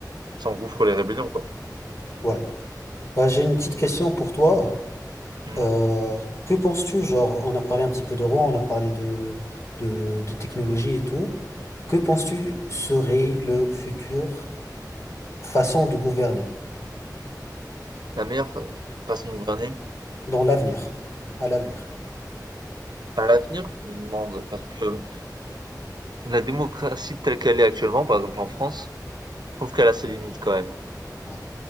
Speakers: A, on the right; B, on the left.
A: s'engouffrent les rébellions, quoi.
B: ouais. Bah, j'ai une petite question pour toi.
A: Mm.
B: Euh, que penses-tu, genre, on a parlé un petit peu de roi, on a parlé de, de, de technologie et tout. Que penses-tu serait le futur façon de gouverner
A: la meilleure fa- façon de gouverner?
B: dans l'avenir, à l'avenir?
A: À l'avenir, je me demande, parce que euh, la démocratie telle qu'elle est actuellement, par exemple en France, je trouve qu'elle a ses limites quand même.
B: Ouais,